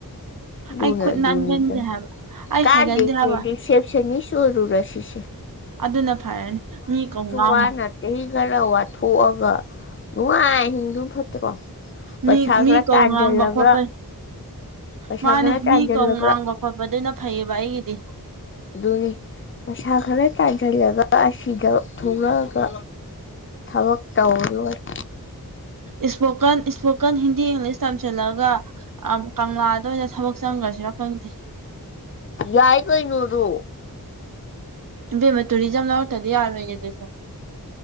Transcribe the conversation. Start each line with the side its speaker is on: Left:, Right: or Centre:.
Left: ꯂꯨꯅ
Right: ꯑꯩ ꯈꯨꯠ
Left: ꯙꯨꯅꯤꯗ
Right: ꯅꯥꯟꯒꯟꯗꯦ ꯍꯥꯏꯕ ꯑꯩ
Left: ꯀꯥꯗꯦꯁꯦ
Right: ꯍꯩꯒꯟꯗꯦ ꯍꯥꯏꯕ
Left: ꯔꯔꯤꯁꯦꯞꯁꯟ ꯏꯁꯨꯔꯔꯁꯤꯁꯦ
Right: ꯑꯗꯨꯅ ꯐꯔꯅꯤ ꯃꯤ ꯀꯧꯥ
Left: ꯋꯥꯅ ꯆꯍꯤ ꯈꯔ ꯋꯥꯊꯣꯛꯑꯒ ꯅꯨꯡꯉꯥꯏꯤꯡꯗꯨ ꯐꯠꯇ꯭ꯔꯣ ꯄꯁꯒꯅꯥ
Right: ꯃꯤ ꯃꯤ ꯀꯧ
Left: ꯇꯥꯟꯖꯜꯂꯒ
Right: ꯉꯥꯡꯕ ꯈꯣꯠꯄ
Left: ꯄꯩꯁꯥ
Right: ꯃꯥꯅꯦ
Left: ꯈꯔ ꯇꯥꯟꯖꯜꯂꯒ
Right: ꯃꯤ ꯀꯧ ꯉꯥꯡꯕ ꯈꯣꯠꯄ ꯑꯗꯨꯅ ꯐꯩꯌꯦꯕ ꯑꯩꯒꯤꯗꯤ
Left: ꯑꯗꯨꯅꯤ ꯃꯩꯁꯥ ꯈꯔ ꯇꯥꯟꯁꯤꯜꯂꯒ ꯑꯁꯤꯗ ꯊꯣꯛꯂꯛꯑꯒ ꯊꯕꯛ ꯇꯧꯔ ꯂꯣꯏꯔꯦ
Right: ꯏꯁꯄꯣꯀꯟ ꯏꯁꯄꯣꯀꯟ ꯍꯤꯟꯗꯤ ꯏꯪꯂꯤꯁ ꯇꯝꯁꯤꯜꯂꯛꯒ ꯀꯪꯂꯥꯗ ꯑꯣꯏꯅ ꯊꯕꯛ ꯆꯪꯈ꯭ꯔꯁꯤꯔ ꯈꯪꯗꯦ
Left: ꯌꯥꯏ ꯀꯣꯏꯅꯔ
Right: ꯏꯕꯦꯝꯃ ꯇꯨꯔꯤꯖꯝ ꯂꯧꯔꯛꯇꯗꯤ ꯌꯥꯔꯣꯏꯌꯦꯦ ꯑꯗꯨꯁꯨ